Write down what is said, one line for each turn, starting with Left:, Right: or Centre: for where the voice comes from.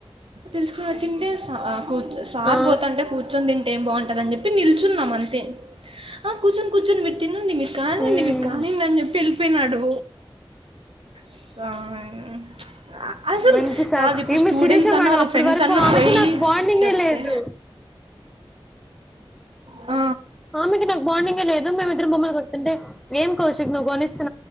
Right: తెలుసుకొని వచ్చింది కూర్చ సార్
Centre: ఆ
Right: పోతుంటే కూర్చొని తింటే ఏం బాగుంటుంది ని చెప్పి నిల్చున్నాం అంతే ఆ కూర్చొని కూర్చొని మీరు తినండి మీకు కానిండి
Centre: ఉమ్
Right: మీరు కానిండి అని చెప్పి వెళ్ళిపోయినాడు స్వామి ఉచ్చు అసలు
Centre: మంచి సార్
Right: కాదు ఇప్పుడు
Centre: ఈమె
Right: స్టూడెంట్స్
Centre: శిరీష
Right: అన్న
Centre: మేడం
Right: వాళ్ళ
Centre: అప్పటి
Right: ఫ్రెండ్స్
Centre: వరకు
Right: అన్నా
Centre: ఆమెకి
Right: పోయి
Centre: నాకు బాండింగే
Right: చెప్తే
Centre: లేదు
Right: ఆ
Centre: ఆమ్మెకి నాకు బావుండింగ్ లేదు మేమిద్దరుం బమ్మలు కొంటె లేదు కౌశిక్ నువ్వు కొనిస్తే